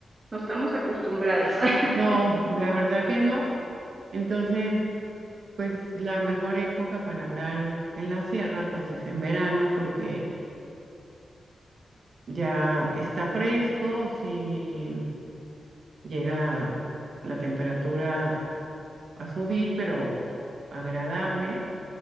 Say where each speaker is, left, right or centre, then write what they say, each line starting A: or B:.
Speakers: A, on the right; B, on the right.
A: No estamos acostumbrados.
B: No,
A: <laughs>
B: la verdad que no. Entonces, pues la mejor época para andar en la sierra, pues es en verano porque ya está fresco, si llega la temperatura a subir, pero agradable.